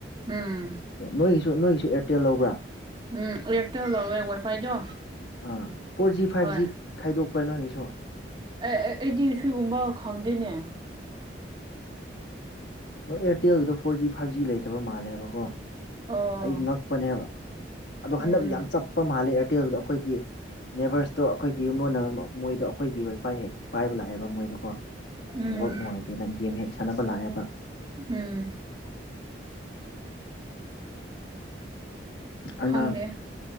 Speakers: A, on the right; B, on the left.
A: ꯎꯝ
B: ꯅꯣꯏꯒꯤꯁꯨ ꯅꯣꯏꯒꯤꯁꯨ ꯑꯦꯔꯇꯦꯜ ꯂꯧꯕ꯭ꯔꯥ
A: ꯎꯝ ꯑꯦꯔꯇꯦꯜ ꯂꯧꯌꯦ ꯋꯥꯏꯐꯥꯏꯗꯣ
B: ꯑꯥ ꯐꯣꯔ ꯖꯤ ꯐꯥꯏꯚ
A: ꯍꯣꯏ
B: ꯖꯤ ꯈꯥꯏꯗꯣꯛꯄ꯭ꯔꯥ ꯅꯣꯏꯒꯤꯁꯨ
A: ꯑꯦ ꯑꯦ ꯑꯩꯗꯤ ꯁꯤꯒꯨꯝꯕ ꯈꯪꯗꯦꯅꯦ
B: ꯑꯦꯌꯥꯔꯇꯦꯜꯒꯤꯗꯨ ꯐꯣꯔ ꯖꯤ ꯐꯥꯏꯚ ꯖꯤ ꯂꯩꯇꯕ ꯃꯥꯜꯂꯦꯕꯀꯣ
A: ꯑꯣ
B: ꯑꯩ ꯉꯛꯄꯅꯦꯕ ꯑꯗꯣ ꯍꯟꯗꯛ
A: ꯎꯝ
B: ꯌꯥꯝ ꯆꯞꯄ ꯃꯥꯜꯂꯦ ꯑꯦꯔꯇꯦꯜꯗꯨ ꯑꯩꯈꯣꯏꯒꯤ ꯅꯦꯕꯦꯔꯁꯇꯣ ꯑꯩꯈꯣꯏꯒꯤ ꯌꯨꯝꯂꯣꯟꯅꯕ ꯃꯣꯏꯗꯣ ꯑꯩꯈꯣꯏꯒꯤ ꯋꯥꯏꯐꯥꯏ ꯍꯦꯛ ꯄꯥꯏꯕ ꯂꯥꯛꯑꯦꯕ ꯃꯣꯏꯗꯣꯀꯣ
A: ꯎꯝ
B: ꯅꯦꯠꯋꯥꯛ ꯅꯨꯡꯉꯥꯏꯇꯦꯅ ꯒꯦꯝ ꯍꯦꯛ ꯁꯥꯟꯅꯕ ꯂꯥꯛꯑꯦꯕ
A: ꯎꯝ <unintelligible>
B: ꯑꯉꯥꯡ
A: ꯈꯪꯗꯦ